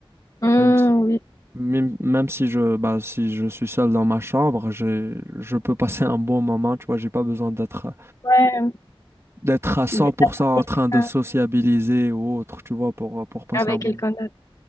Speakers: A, on the left; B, on the right.
A: hum,
B: Même si,
A: oui,
B: même, même si je, bah, si je suis seul dans ma chambre, j'ai, je peux passer un bon moment, tu vois. J'ai pas besoin d'être, euh,
A: ouais.
B: d'être à cent
A: D'être
B: pour
A: avec
B: cent en train
A: quelqu'un.
B: de sociabiliser ou autre, tu vois, pour, euh, pour passer
A: Avec
B: un bon
A: quelqu'un
B: moment.
A: d'autre.